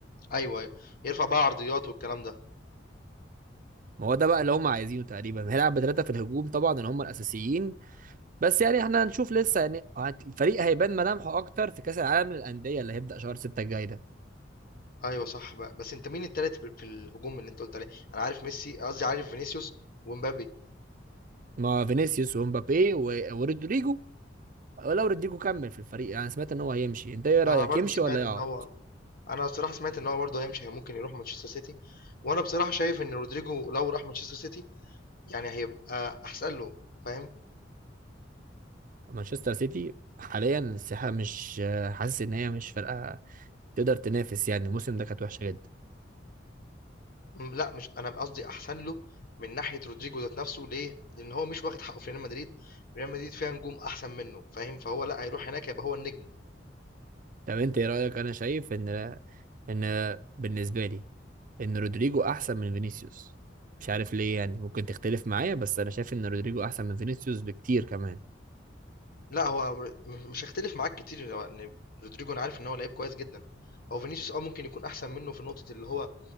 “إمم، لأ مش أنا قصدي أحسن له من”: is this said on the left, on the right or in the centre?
Left